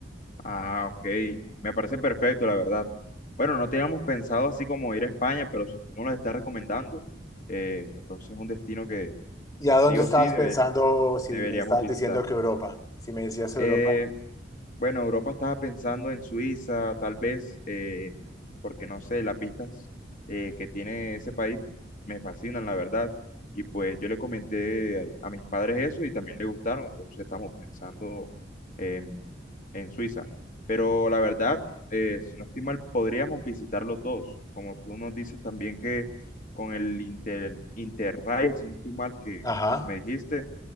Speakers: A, on the left; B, on the left.
A: Ah, ok. Me parece perfecto, la verdad. Bueno, no teníamos pensado así como ir a España, pero si tú nos lo estás recomendando, eh, entonces es un destino que
B: ¿Y a
A: sí
B: dónde
A: o
B: estabas
A: sí debe-
B: pensando si
A: deberíamos
B: me estabas
A: visitar.
B: diciendo que Europa? Si me decías
A: Eh,
B: Europa.
A: bueno, Europa estaba pensando en Suiza, tal vez, eh, porque no sé, las vistas eh, que tiene ese país me fascinan, la verdad. Y pues yo le comenté a, a mis padres eso y también les gustaron, entonces estamos pensando en, en Suiza. Pero la verdad, eh, si no estoy mal, podríamos visitar los dos. Como tú nos dices también que con el Inter, Interrail, si no estoy mal, que
B: Ajá.
A: me dijiste